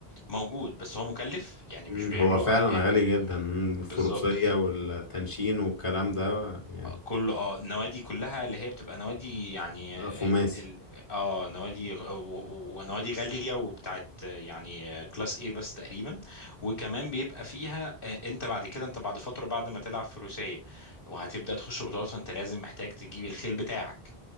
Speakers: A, on the left (about 60°); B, on the left (about 30°).
A: موجود بس هو مكلف يعني
B: مم،
A: مش بيعملوا
B: هو فعلا
A: أج... آه،
B: غالي جدا مم،
A: بالظبط
B: الفروسية والتنشين والكلام ده يعني
A: كل اه النوادي كلها اللي هي بتبقى نوادي يعني
B: آه، خماسي
A: ال ال اه نوادي غ- و- و- ونوادي غالية وبتاعت يعني كلاس ايه بس تقريبا وكمان بيبقى فيها آه، انت بعد كده انت بعد فترة بعد ما تلعب فروسية وهتبدأ تخش بطولات فانت لازم محتاج تجيب الخيل بتاعك